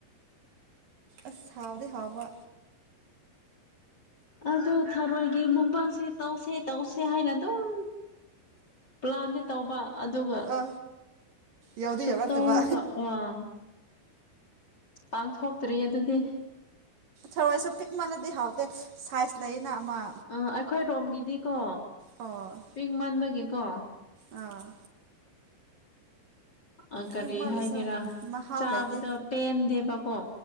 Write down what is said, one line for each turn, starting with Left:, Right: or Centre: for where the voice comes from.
Right: ꯑꯁ ꯍꯧꯗꯤ ꯍꯧꯕ
Left: ꯑꯗꯨ ꯊꯔꯣꯏꯗꯤ ꯃꯨꯛꯕꯥꯡꯁꯦ ꯇꯧꯁꯦ ꯇꯧꯁꯦ ꯍꯥꯏꯅ ꯑꯗꯨꯝ ꯄ꯭ꯂꯥꯟꯗꯤ ꯇꯧꯕ ꯑꯗꯨꯒ
Right: ꯑ ꯌꯥꯎꯗꯤ
Left: ꯁꯨꯞꯇꯧ
Right: ꯌꯥꯎꯔꯛꯇꯕ
Left: ꯇꯧ ꯑꯥ ꯄꯥꯡꯊꯣꯛꯇ꯭ꯔꯤ ꯑꯗꯨꯗꯤ
Right: ꯊꯔꯣꯏꯁꯨ ꯄꯤꯛ ꯃꯜꯂꯗꯤ ꯍꯥꯎꯇꯦ ꯁꯥꯏꯖ ꯂꯩꯅ ꯑꯃ
Left: ꯑ ꯑꯩꯈꯣꯏ ꯔꯣꯝꯒꯤꯗꯤꯀꯣ
Right: ꯑꯣ
Left: ꯄꯤꯛ ꯃꯥꯟꯕꯒꯤꯀꯣ
Right: ꯑꯥ
Left: ꯑ ꯀꯔꯤ
Right: ꯄꯤꯛꯃꯜꯂꯁꯨ
Left: ꯍꯥꯏꯒꯦꯔꯥ
Right: ꯃꯍꯥꯎ
Left: ꯆꯥꯕꯗꯣ
Right: ꯂꯩꯇꯦ
Left: ꯄꯦꯟꯗꯦꯕꯀꯣ